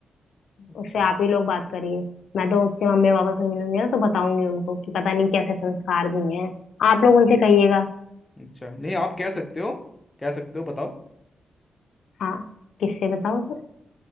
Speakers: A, on the left; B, on the left.
A: अच्छा
B: उससे आप ही लोग बात करिए मैं तो उसके मम्मी पापा से मिलूंगी ना तो बताऊंगी उनको कि पता नहीं कैसे संस्कार दिए हैं आप लोग उनसे कहिएगा
A: अच्छा नहीं आप कह सकते हो कह सकते हो बताओ
B: हाँ किससे बताओ सर